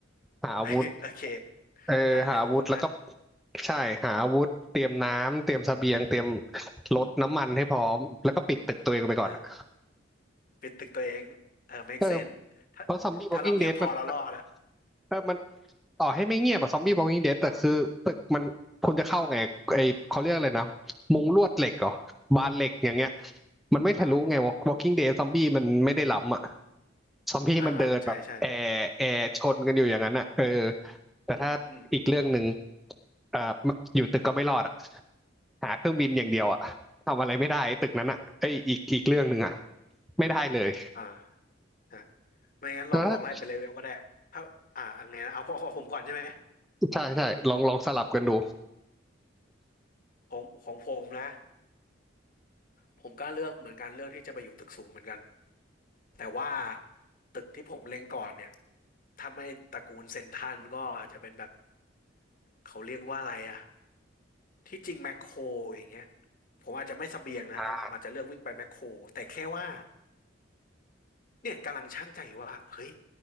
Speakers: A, in the centre; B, on the left.
A: หาอาวุธ
B: <laughs> โอเค
A: เออหาอาวุธแล้วก็
B: อ่ะหนึ่งอาวุธนะ
A: ใช่หาอาวุธเตรียมน้ำเตรียมเสบียงเตรียมรถน้ำมันให้พร้อมแล้วก็ปิดตึกตัวเองไปก่อนอะ
B: อ่าปิดตึกตัวเองเออ make
A: เออ
B: sense ถ้าถ้าเราเงียบพอเรารอดอะ
A: เพราะซอมบี้ Walking Dead มันมันเออมันต่อให้ไม่เงียบอะซอมบี้ Walking Dead แต่คือตึกมันคุณจะเข้าไงไอเขาเรียกอะไรนะมุงลวดเหล็กเหรอบานเหล็กอย่างเงี้ยมันไม่ทะลุไง
B: อ่า
A: Walking Dead ซอมบี้มันไม่ได้ล้ำอะ ซอมบี้มันเดินแบบแอร์แอร์ชนกันอยู่อย่างนั้นอ่ะเออ
B: อ่าอ่าใช่ใช่
A: แต่ถ้าอีกเรื่องหนึ่ง
B: อืมอืม
A: เอ่ออยู่ตึกก็ไม่รอดอ่ะหาเครื่องบินอย่างเดียวอ่ะทำอะไรไม่ได้ไอ้ตึกนั้นอ่ะไอ้ยอีกอีกเรื่องหนึ่งอ่ะไม่ได้เลย
B: อ่าอ่ะไม่งั้นลองลองไล่ไปเลเวลก็ได้ถ้าอ่าอันไงนะเอาพวของผมก่อนใช่ไหม
A: แล้วถ้าใช่ใช่ลองลองสลับกันดู
B: ของของผมนะ ผมก็เลือกเหมือนกันเลือกที่จะไปอยู่ตึกสูงเหมือนกัน แต่ว่าตึกที่ผมเล็งก่อนเนี่ยถ้าไม่ตระกูลเซ็นทรัลก็อาจจะเป็นแบบเขาเรียกว่าอะไรอะที่จริงแมคโครอย่างเงี้ยผมอาจจะไม่เสบียงนะแต่ผมอาจจะเลือกวิ่งไปแมคโครแต่แค่ว่า
A: อ่า
B: เนี่ยกำลังชั่งใจว่าเฮ้ย